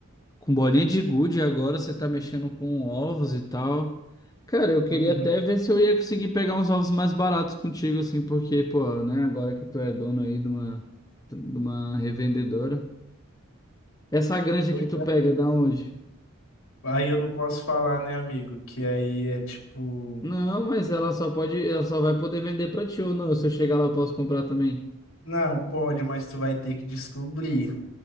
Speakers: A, on the left; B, on the left.
A: Com bolinha de gude, agora você tá mexendo com ovos e tal. Cara, eu queria
B: pois,
A: até
B: né?
A: ver se eu ia conseguir pegar uns ovos mais baratos contigo, assim, porque, pô, né, agora que tu é dono aí de uma, de uma revendedora. Essa granja
B: Pois
A: que tu pega
B: é.
A: é da onde?
B: Aí eu não posso falar, né, amigo? Que aí é tipo,
A: Não, mas ela só pode, ela só vai poder vender pra ti ou não. Se eu chegar lá, eu posso comprar também.
B: não, pode, mas tu vai ter que descobrir.